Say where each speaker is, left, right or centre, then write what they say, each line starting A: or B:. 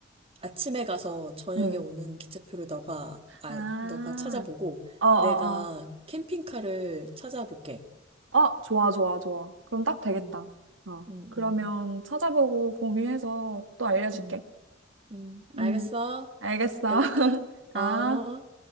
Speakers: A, on the right; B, on the right.
A: 아침에 가서 저녁에
B: 음.
A: 오는 기차표를 너가 아
B: 아,
A: 너가 찾아보고
B: 어어어.
A: 내가 캠핑카를 찾아볼게.
B: 아, 좋아, 좋아, 좋아. 그럼 딱 되겠다.
A: 음,
B: 어.
A: 음,
B: 그러면
A: 음, 음,
B: 찾아보고 공유해서 또 알려줄게.
A: 음, 음. 알겠어.
B: 음, 알겠어.
A: 연락해.
B: <laughs> 아.
A: 어.